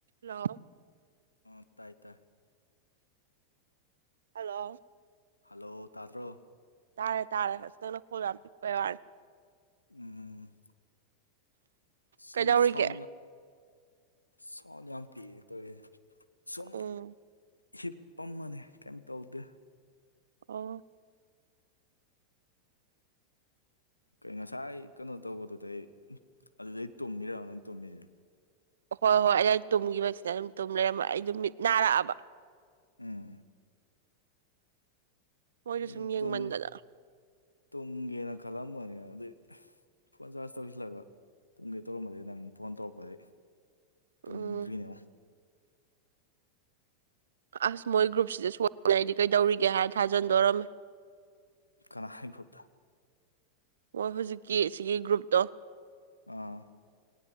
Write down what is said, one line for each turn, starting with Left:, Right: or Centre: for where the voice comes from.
Right: ꯅ <inaudible>
Left: ꯑꯣ ꯇꯥꯏ ꯇꯥꯏ
Right: ꯍꯜꯂꯣ
Left: ꯍꯜꯂꯣ ꯇꯥꯗ꯭ꯔꯣ
Right: ꯇꯥꯔꯦ ꯇꯥꯔꯦꯅ ꯐꯣ ꯌꯥꯝꯄꯔ
Left: ꯎꯝ ꯁꯤ
Right: ꯀꯩꯗꯧꯔꯤꯒꯦ
Left: ꯁꯥꯎꯟ ꯁꯥꯎ ꯌꯥꯝ ꯄꯤ ꯇꯧꯔꯤꯁꯦ ꯁꯨꯝ
Right: ꯎꯝ
Left: ꯍꯤꯞ ꯄꯝꯃꯅꯦ ꯀꯩꯝ ꯇꯧꯗꯦ
Right: ꯑꯣ
Left: ꯀ ꯉꯁꯥꯏ ꯀꯩꯅꯣ ꯇꯧꯕꯗꯨꯗꯩ ꯑꯗꯨꯗꯩ ꯇꯨꯝꯃꯤꯔꯕ ꯅꯪ ꯇꯨꯝꯃꯤꯁꯦ
Right: ꯍꯣꯏ ꯍꯣꯏ ꯑꯩꯩꯅ ꯇꯨꯝꯈꯤꯕꯁꯤꯗ ꯑꯗꯨꯝ ꯇꯨꯝ ꯂꯩꯔꯝꯃ ꯑꯩ ꯑꯗꯨꯝ ꯃꯤꯠ ꯅꯥꯔꯛꯑꯕ
Left: ꯎꯝ
Right: ꯃꯣꯏꯗꯣ
Left: ꯑꯩ
Right: ꯁꯨꯝ ꯌꯦꯡꯃꯟꯗꯅ
Left: ꯇꯨꯝ ꯇꯨꯝꯒꯦꯅ ꯈꯜꯂꯝꯕꯅꯦ ꯑꯗꯨꯗꯤ ꯐꯣꯟ ꯆꯥꯔꯖ ꯇꯧꯁꯤꯜꯂꯒ ꯇꯨꯝꯒꯦ ꯇꯧꯔꯝꯕꯗꯒꯤꯩ ꯅꯪ ꯐꯣꯟ ꯇꯧꯔꯛꯄꯗꯩ ꯇꯝ
Right: ꯎꯝ
Left: ꯗ꯭ꯔꯤꯅꯦꯃ
Right: ꯑꯁ ꯃꯣꯏ ꯒ꯭ꯔꯨꯞꯁꯤꯗ ꯁꯣꯏꯔꯤꯉꯩꯗꯤ ꯀꯩꯗꯧꯔꯤꯒꯦ ꯍꯥꯏꯔ ꯊꯥꯖꯟꯗꯣꯔꯝꯃꯦ
Left: ꯀꯅꯥ ꯍꯣꯏ ꯀ꯭ꯔꯨꯞꯇ
Right: ꯍꯣꯏ ꯍꯧꯖꯤꯛꯀꯤ ꯁꯤꯒꯤ ꯒ꯭ꯔꯨꯞꯇꯣ
Left: ꯑꯥ